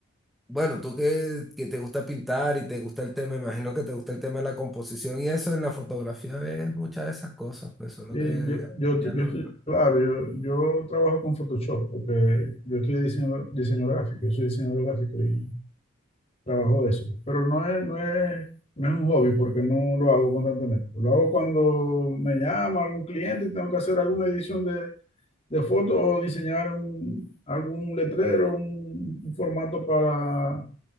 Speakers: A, in the centre; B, on the left.
A: Bueno, tú que, que te gusta pintar y te gusta el tema, imagino que te gusta el tema de la composición y eso, en la fotografía ves muchas de esas cosas, pues solo
B: Eh,
A: que
B: yo, yo, estoy-
A: ya
B: yo
A: no-
B: estoy- claro, yo, yo trabajo con Photoshop porque yo estoy diseño, diseño gráfico, yo soy diseñador gráfico y trabajo de eso. Pero no es, no es, no es un hobby porque no lo hago constantemente. Lo hago cuando me llama algún cliente y tengo que hacer alguna edición de, de foto o diseñar un- algún letrero, un, un formato para,